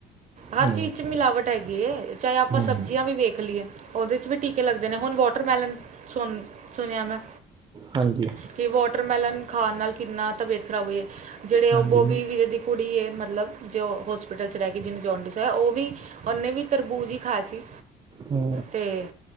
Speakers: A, on the right; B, on the right.
A: ਹਰ
B: ਹੂੰ
A: ਚੀਜ਼ ਚ ਮਿਲਾਵਟ ਹੈਗੀ ਏ, ਚਾਏ ਆਪਾਂ
B: ਹੂੰ
A: ਸਬਜ਼ੀਆਂ ਵੀ ਵੇਖ ਲਈਏ ਓਦੇ ਚ ਵੀ ਟੀਕੇ ਲੱਗਦੇ ਨੇ ਹੁਣ ਵ ਵੋਟਰਮੈਲਨ ਸੁ ਸੁਨੇਆ ਮੈਂ।
B: ਹਾਂਜੀ
A: ਕਿ ਵੋਟਰਮੈਲਨ ਖਾਨ ਨਾਲ ਕਿੰਨਾ ਤਬੀਅਤ ਖਰਾਬ ਹੋਈ ਐ, ਜੇੜੇ
B: ਹਾਂਜੀ
A: ਉਹ ਬੋਬੀ
B: ਹਾਂਜੀ
A: ਵੀਰੇ ਕੁੜੀ ਯੇ ਮਤਲਬ ਜੋ ਹੋਸਪਿਟਲ ਚ ਰੈ ਕੇ ਜੀਨੂੰ ਜੋਨਡਿਸ ਐ ਓ ਵੀ ਓਨੇ ਵੀ ਤਰਬੂਜ਼ ਈ ਖਾਇਆ ਸੀ,
B: ਹੂੰ
A: ਤੇ